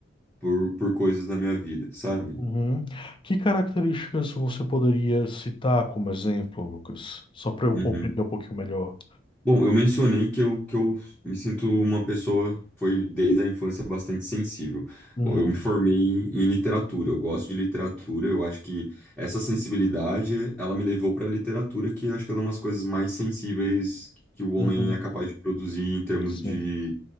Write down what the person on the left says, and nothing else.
Uhum. Que características você poderia citar como exemplo, Lucas? Só para eu
compreender um pouquinho melhor.
uhum,
uhum.
Sim.